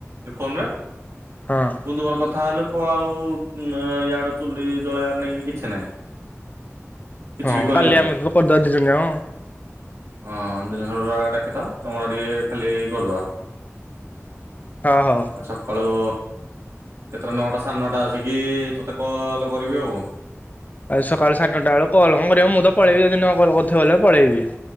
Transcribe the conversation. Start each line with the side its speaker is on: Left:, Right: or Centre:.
Right: ଏ ଫୋନ୍ ରେ।
Left: ହଁ।
Right: ବୁନ୍ଧୁ ମୋର କଥା ହେଲୁ, ପୁଅ ଆଉ, ୟାଡୁ ଚୁଲି ଜଳେଇବାର ନାହିଁ କି କିଛି ନାହିଁ। କିଛି
Left: ହଁ
Right: ବି କରିଆର
Left: କାଲି
Right: ନାହିଁ।
Left: ଆମେ ତ କରିଦବା ଦି ଜଣ ଯାକ
Right: ହଁ, ଦିନ <unintelligible> ଡାକିଥଆ ତମଡ଼ା ଟିକେ ଖାଲି କରିଦବା।
Left: ହ ହଉ।
Right: ସକାଳୁ-ଉ କେତେଟା ନଅଟା ସାଢ଼େ ନଅଟା ଆସିକି, ତୋତେ କଲ୍ କରିବି ଆଉ।
Left: ଆଜି ସକାଳୁ ସାଢେ ନଅଟା, ଆଳୁ କଲ୍ କଣ କରିବ? ମୁଁ ତ ପଳେଇବି ଯଦି ନ କଲ୍ କରିଥିବ ବଲେ ପଳେଇବି।